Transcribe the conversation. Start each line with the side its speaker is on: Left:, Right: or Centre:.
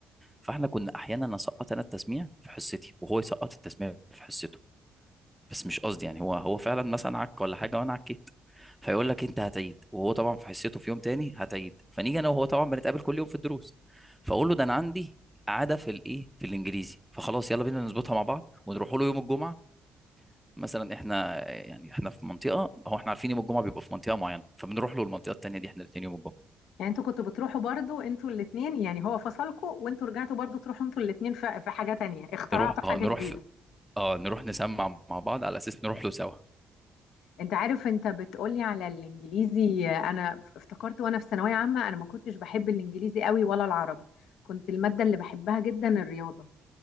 Centre: فاحنا كنا احيانا اسقط انا التسميع في حصتي وهو يسقط التسميع في حصته بس مش قصدي يعني هو هو فعلا مثلا عك ولا حاجه وانا عكيت فيقول لك انت هتعيد وهو طبعا في حصته في يوم تاني هتعيد فنيجي انا وهو طبعا بنتقابل كل يوم في الدروس فاقول له ده انا عندي عاده في الايه في الانجليزي فخلاص يلا بينا نظبطها مع بعض ونروح له يوم الجمعه مثلا احنا يعني احنا في منطقه هو احنا عارفين يوم الجمعه بيبقى في منطقه معينه فبنروح له المنطقه التانيه دي احنا الاثنين يوم الجمعه
Left: يعني انتوا كنتوا بتروحوا برضو انتوا الاتنين يعني هو فصلكوا وانتوا رجعتوا برضو تروحوا انتوا الاتنين في في حاجة تانية اخترعتوا
Centre: نروح
Left: حاجة
Centre: اه نروح
Left: جديدة
Centre: في اه نروح نسمع مع بعض على اساس نروح له سوا
Left: انت عارف انت بتقولي على الانجليزي آه، انا افتكرت وانا في ثانوية عامة انا ما كنتش بحب الانجليزي قوي ولا العربي كنت المادة اللي بحبها جدا الرياضة